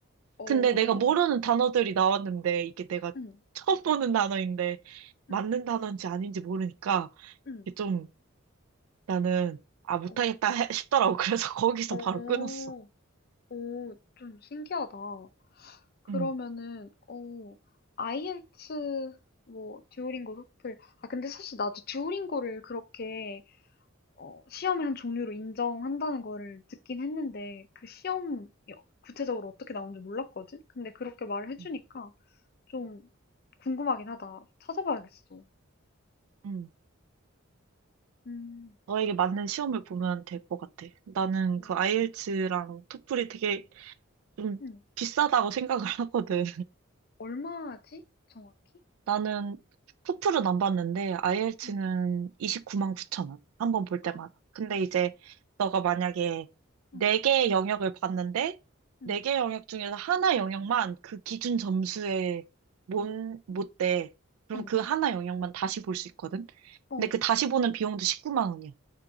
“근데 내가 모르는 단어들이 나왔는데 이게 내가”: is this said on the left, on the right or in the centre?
Right